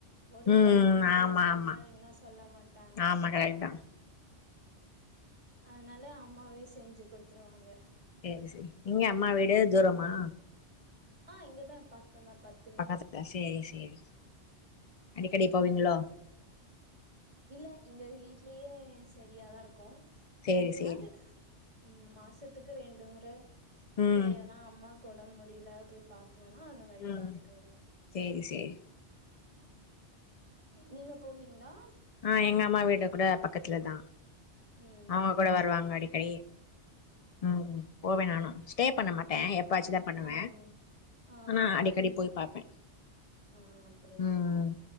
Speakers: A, on the right; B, on the left.
A: ஒடலுக்கு
B: ம்
A: கெட்டது
B: ஆமா
A: சாப்டாதீங்ககன்னா
B: ஆமா
A: சொல்ல மாட்டாங்க
B: ஆமா கரெக்ட் தா
A: அதனால அம்மாவே செஞ்சு குடுத்துருவாங்க
B: சேரி சேரி இங்க அம்மா வீடு தூரமா
A: ஆ இங்கதான் பக்க தா பத்
B: பக்கத்துல சேரி சேரி அடிக்கடி போவீங்களோ
A: இல்ல இங்க வீட்லயேஸ் சரியாதா இருக்கு
B: சேரி
A: எப்பியாது
B: சேரி
A: ம் மாசத்துக்கு ரெண்டு முறை
B: ம்
A: இல்ல ஏன்னா அம்மாக்கு ஒடம்பு முடியல பேய் பாக்குனுன்னா அந்த மாரி
B: ம்
A: பாத்துட்டு வருவோ
B: சேரி சேரி
A: நீங்க போவீங்ளா
B: ஆ எங்க அம்மா வீடு கூட பக்கத்துல தா
A: ம்
B: அவுங்க கூட வருவாங்க அடிக்கடி ம் போவே நானு ஸ்டே பண்ண மாட்டே டையோ எப்பாச்சு தா பண்ணுவே
A: ஆ ஆ
B: ஆனா அடிக்கடி போய் பாப்பே
A: ஆ அப்டிங்ளா
B: ம்